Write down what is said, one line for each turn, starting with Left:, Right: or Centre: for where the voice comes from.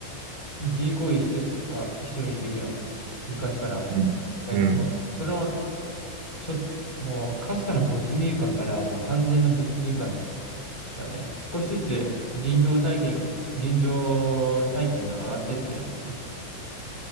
Centre: G 行為してるとか人いるやん。昔から。
Right: ううん。
Centre: でそれを、
Right: うん。
Centre: ちょ、もう、かすかな没入感から、もう完全な没入感だよね。少しずつ臨場体験が、臨場体験が上がってってるんだよね。